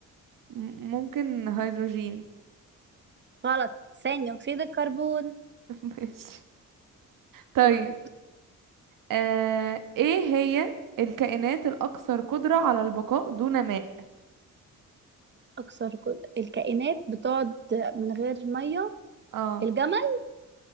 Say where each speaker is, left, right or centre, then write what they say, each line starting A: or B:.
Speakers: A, on the right; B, on the right.
A: م- ممكن هيدروجين
B: غلط ثاني اكسيد الكربون
A: <laughs> ماشي طيب
B: دول
A: آه ايه هي الكائنات الاكثر قدرة على البقاء دون ماء
B: اكثر كو- الكائنات بتقعد من غير ميه
A: اه
B: الجمل